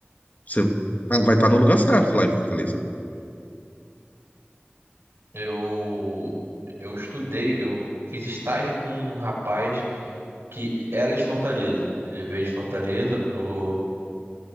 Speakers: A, on the left; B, on the right.
A: você tá- vai estar no lugar certo lá em Fortaleza.
B: Eu eu estudei, eu fiz estágio com um rapaz que era de Fortaleza. Ele veio de Fortaleza pro